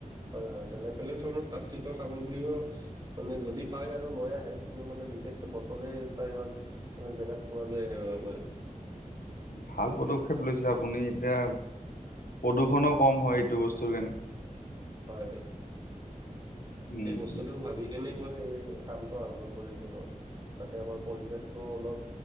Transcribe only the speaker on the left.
ভাল পদক্ষেপ লৈছে আপুনি, এতিয়া প্ৰদূষণো কম হয় এইটো বস্তুৰ কাৰণে।
উম
উম।